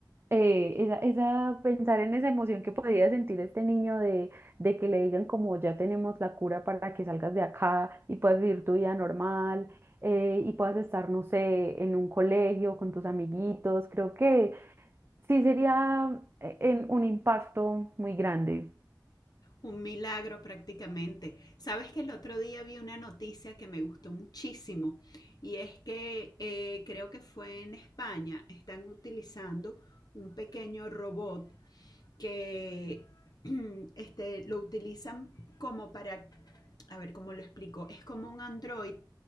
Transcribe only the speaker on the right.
eh, esa, esa, pensar en esa emoción que podía sentir este niño de, de que le digan como ya tenemos la cura para que salgas de acá y puedas vivir tu vida normal eh, y puedas estar, no sé, en un colegio con tus amiguitos, creo que sí sería eh, en un impacto muy grande.